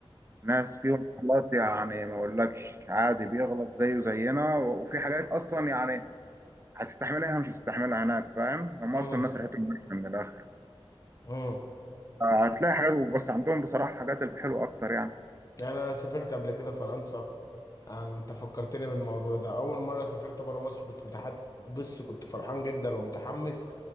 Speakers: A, on the right; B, on the left.
A: ناس فيهم غلط يعني ما اقولكش عادي بيغلط زيه زينا و- وفي حاجات اصلا يعني هتستحملها مش هتستحملها هناك فاهم هم
B: امم
A: اصلا ناس ريحتهم مش من الاخر
B: امم
A: آه، هتلاقي حاجات بس عندهم بصراحة الحاجات الحلوة أكتر يعني
B: يعني انا سافرت قبل كده فرنسا يعني انت فكرتني بالموضوع ده اول مره سافرت برا مصر كنت متحد بص كنت فرحان جدا ومتحمس